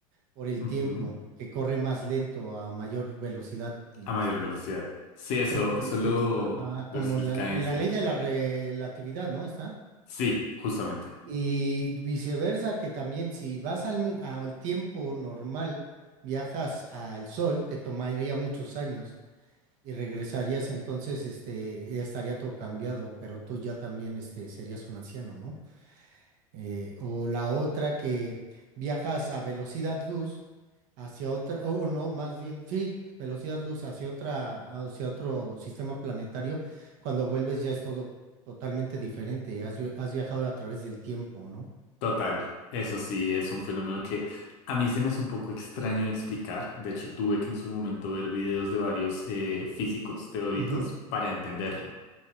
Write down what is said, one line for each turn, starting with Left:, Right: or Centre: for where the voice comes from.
Right: Por el
Left: ujú.
Right: tiempo, que corre más lento a mayor velocidad y
Left: A
Right: distancia.
Left: mayor velocidad. Sí, eso,
Right: Entonces,
Left: eso lo,
Right: ajá,
Left: lo
Right: como
Left: explica
Right: en la, en
Left: Einstein.
Right: la ley de la relatividad, ¿no? Está.
Left: Sí, justamente.
Right: Y viceversa, que también si vas al, mi- al tiempo normal, viajas al sol, te tomaría muchos años y regresarías entonces, este, ya estaría todo cambiado, pero tú ya también, este, serías un anciano, ¿no? Eh, o la otra que viajas a velocidad luz hacia otra, o o no, más bien, sí, velocidad luz hacia otra, hacia otro sistema planetario, cuando vuelves ya es todo totalmente diferente, has vi- has viajado a través del tiempo, ¿no?
Left: Total. Eso sí, es un fenómeno que a mí se me hace un poco extraño de explicar. De hecho, tuve que en su momento ver videos de varios eh, físicos teóricos
Right: Ujú.
Left: para entenderlo.